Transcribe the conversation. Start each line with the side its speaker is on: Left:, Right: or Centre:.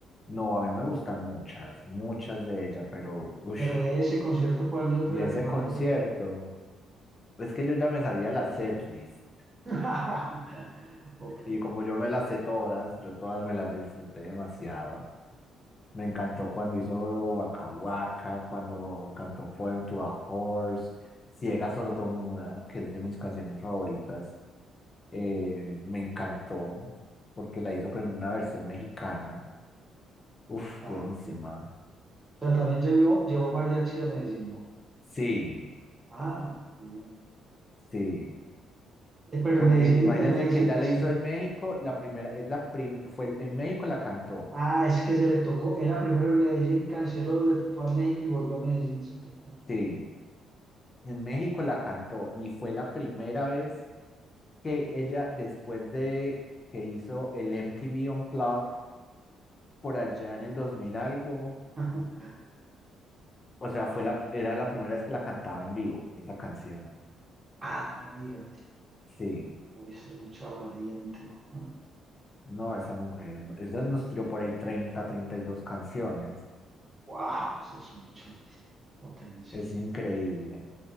Left: No, a mí me gustan muchas, muchas de ellas, pero uff.
Right: Pero de ese concierto, ¿cuál
Left: de
Right: fue la
Left: ese
Right: que más
Left: concierto,
Right: lo...
Left: es que yo ya me sabía la setlist
Right: <laughs> Ok,
Left: y como yo me las sé todas, yo todas me las disfruté demasiado. Me encantó cuando hizo Waka Waka, cuando cantó Poem to a Horse, Ciega Sordomuda, que es de mis canciones favoritas. Eh, me encantó porque la hizo con una versión mexicana. Uf,
Right: ah,
Left: buenísima.
Right: ok. O sea, también llevó, llevó mariachi a Medellín, no.
Left: Sí,
Right: Ah, qué bien.
Left: sí.
Right: Eh, Pero
Left: Porque
Right: en Medellín,
Left: imagínense
Right: en Medellín,
Left: que ya la
Right: sí.
Left: hizo en México, la primera, es la prim, fue en México la cantó.
Right: Ah, es que se le tocó, era primero en Medellín, canceló, le fue a México y volvió a Medellín, eso fue el cuento.
Left: Sí, en México la cantó y fue la primera vez que ella, después de que hizo el MTV Unplugged por allá en el 2000 algo,
Right: <laughs>
Left: o sea, fue la, era la primera vez que la cantaba en vivo, esa canción.
Right: Ah, no me diga.
Left: Sí,
Right: Uy, eso es mucha valiente, ¿no?
Left: no, esa mujer, no- esa nos tiró por ahí treinta, treinta y dos canciones,
Right: Wow, eso es mucho. Potencia.
Left: es increíble.
Right: ¿no?